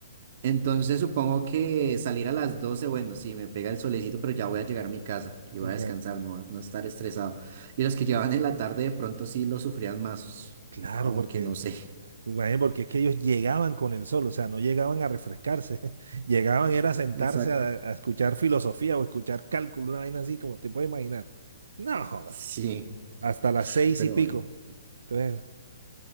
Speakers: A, on the right; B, on the right.
A: Entonces supongo que salir a las 12, bueno, sí, me pega el solecito, pero ya voy a llegar a mi casa y voy
B: Correcto.
A: a descansar, no, va- no estar estresado. Y los que llevaban en la tarde de pronto sí lo sufrían más,
B: Claro,
A: aunque
B: porque,
A: no sé.
B: pues, imagínate, porque es que ellos llegaban con el sol, o sea, no llegaban a refrescarse, <laughs> llegaban era a sentarse
A: Exacto.
B: a, a escuchar filosofía o escuchar cálculo, una vaina así como te puedes imaginar. No jodas,
A: Sí,
B: hasta las seis
A: pero
B: y pico.
A: bueno,
B: Entonces,